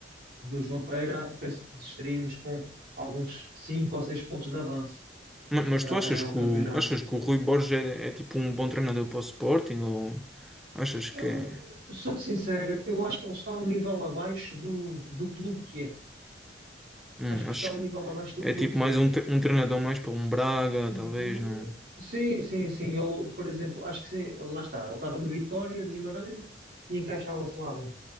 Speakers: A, on the right (about 55°); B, in the centre.
A: do João Pereira, penso que estaríamos com alguns 5 ou 6 pontos de avanço
B: Ma- Mas,
A: para
B: tu
A: ganhar
B: achas que
A: o campeonato.
B: o, achas que o Rui Borges é, é tipo um bom treinador para o Sporting ou achas
A: Eu
B: que é,
A: sou-te sincero, eu acho que ele está um nível abaixo do, do clube que é.
B: hum,
A: Acho que
B: acho
A: está um nível
B: que
A: abaixo do
B: é
A: clube
B: tipo
A: que
B: mais
A: é.
B: um, tre- um treinador mais para um Braga,
A: Hum,
B: talvez não.
A: Sim, sim, sim. Ele, por exemplo, acho que sim, lá está. Ele estava no Vitória de Guimarães e encaixava-se lá bem.